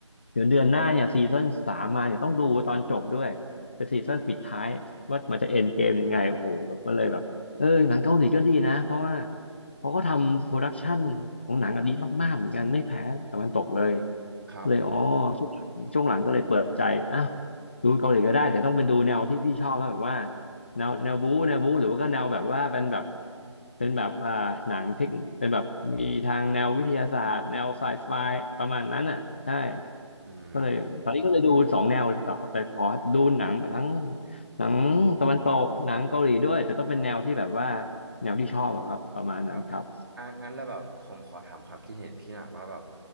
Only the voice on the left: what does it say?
เดี๋ยวเดือนหน้าเนี่ยซีซั่นสามมาเนี่ยต้องดูตอนจบด้วย เป็นซีซั่นปิดท้ายว่ามันจะเอ็นเกมยังไงโอ้โหแบบก็เลยแบบเออหนังเกาหลีก็ดีนะเพราะว่าเขาก็ทำโปรดักชันของหนังอะดีมากๆเหมือนกันไม่แพ้ตะวันตกเลย
เลยอ๋อช่วงหลังช่วงหลังก็เลยเปิดใจอ่ะดูเกาหลีก็ได้แต่ต้องเป็นดูแนวที่พี่ชอบนะแบบว่าแนวแนวบู๊แนวบู๊หรือว่าก็แนวแบบว่าเป็นแบบเป็นแบบอ่าหนังเทคเป็นแบบมีทางแนววิทยาศาสตร์แนวไซไฟประมาณนั้นอ่ะใช่
ก็เลยตอนนี้ก็เลยดูสองแนวแต่แต่ขอดูหนังทั้งหนังตะวันตกหนังเกาหลีด้วยแต่ต้องเป็นแนวที่แบบว่าแนวที่ชอบอะครับประมาณนั้นครับ